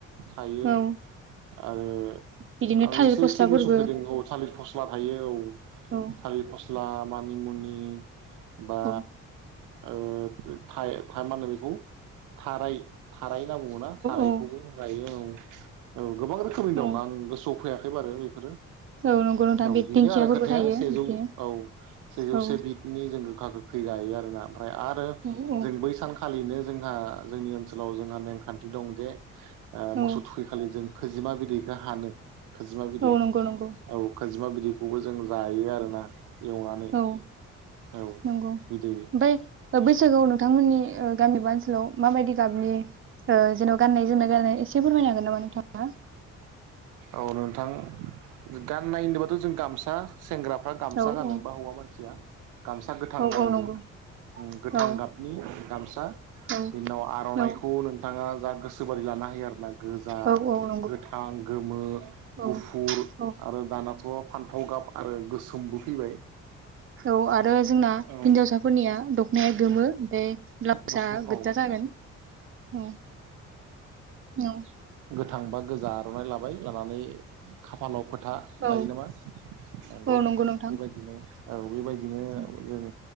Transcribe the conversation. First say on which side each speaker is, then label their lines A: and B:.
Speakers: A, on the right; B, on the right.
A: थायो।
B: औ
A: आरो
B: बिदिनो
A: आं
B: थालिर
A: एसे
B: फस्लाफोरबो
A: एसे सौफैदों औ थालिर फस्ला थायो औ
B: औ
A: थालिर फस थ्ला मानिमुनि बा
B: औ
A: ओ थाइ-थारमाने बेखौ थाराय थाराय नाबुङोना थारायखौबो
B: औ
A: गायो औ। औ गोबां रोखोमनि
B: औ
A: दं आंबो गोसोआव फैयाख बबारो बेफोरो
B: औ नंगौ नोंथां
A: औ
B: बे
A: बेनो
B: दिंखियाफोरबो
A: आरो खोथाया
B: थायो
A: सेजौ
B: बिदिनो
A: औ सेजौसे
B: औ
A: बिदनि जों गोखा गोख खैगायो आरो ना फ्राय आरो
B: औ औ
A: जों बै सानखालिनो जोंहा जोंनि ओनसोलाव जोंहा नेमखान्थि दं जे ओ
B: औ
A: मोसौ थुखैखालि जों खोजिमा बिदैखौ हानो। खोजिमा बिदै
B: औ नंगौ नंगौ
A: औ खोजिमा बिदैखौबो जों जायो आरोना एवनानै
B: औ
A: औ
B: नंगौ
A: बिदै
B: मफाय बैसागुआव नोंथांमोननि गामि बा ओनसोलाव माबायदि गाबनि ओ जेन' गाननाय जोमनाय गनो एसे फोरमायनो हागोन नामा नोंथाङा?
A: औ नोंथां गाननाय होनदोबाथ' जों गामसा सेंग्राफ्रा गामसा
B: औ
A: गानो
B: औ
A: बा हौवा मानसिया गामसा गोथां
B: औ
A: गानो
B: औ नंगौ
A: जों गोथां
B: औ
A: गाबनि गामसा
B: औ
A: बिनि उनाव आर'नाइखौ
B: औ
A: नोंथाङा जा गोसोबादि लानो होयो आरो ना। गोजा,
B: औ औ नंगौ
A: गोथ आं गमो
B: औ
A: गफुर
B: औ
A: आरो दा दाथ' फान्थाव गाब आरो गोसोमबो फैबाय
B: खौ आर आरो जोंना
A: औ
B: हिनजावसाफोरनिया दखनाया गोमो ओमफाय ब्लाउसआ
A: दस
B: गोज्जा
A: औ
B: जागोन। औ, औ।
A: थांबा गोजा आर'नाइ लाबाय लानानै खाफालाव फो था
B: औ
A: लायो नामा नंगौ
B: औ नोंथां
A: बेबायदिनो औ बेबाय दिनो
B: औ
A: ओं